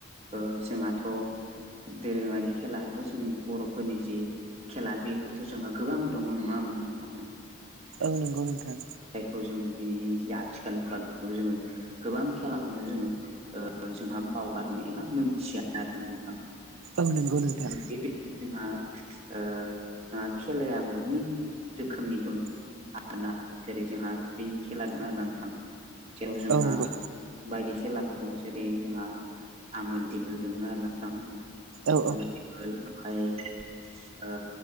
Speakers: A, on the right; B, on the right.
A: ओ जोंहाथ' दोरोङारि खेला एबा जोंनि बर'फोरनि जि खेला बेफोरथ' जोंहा गोबां दङ नङा होमबा नोंथां
B: औ नंगौ नोंथां
A: जायखौ जोङो दिनैनि जि आथिखाल मुगा बेखौ जोङो गोबां खेलाखौनो जोङो ओ जोंहा बावगारनो एबा मोनथिया आरोना नोंथां
B: औ नंगौ नोंथां
A: बेबायदिनो जोंहा ओ खेलाया मोननै रोखोमनि दं आरोना जेरै जोंहा दैनि खेला द‌ङ आरो ना नोंथां जेराव जोंहा
B: औ नंगौ
A: बायदि खेलाफोर दं जेरै जोंहा आमोल दिमोल दङ आरो नोंथां
B: औ
A: आमोल ओमफ्राय ओ